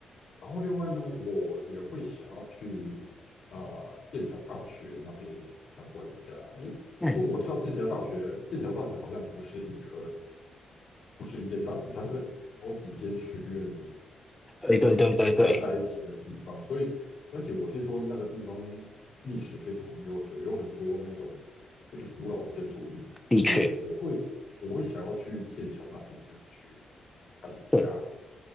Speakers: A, on the left; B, in the centre.
A: 然后另外呢，我也会想要去呃剑桥大学那边参观一下，因为因为我知道剑桥大学，
B: 嗯，
A: 剑桥大学好像不是一个不是一间大学，它是好几间学院
B: 对对对对对，
A: 集结集合在一起的地方，所以而且我听说那个地方历史非常的悠久，有很多那种就是古老的建筑物，
B: 的确，
A: 所以我会我会想要去剑桥那边去看一下。
B: 对，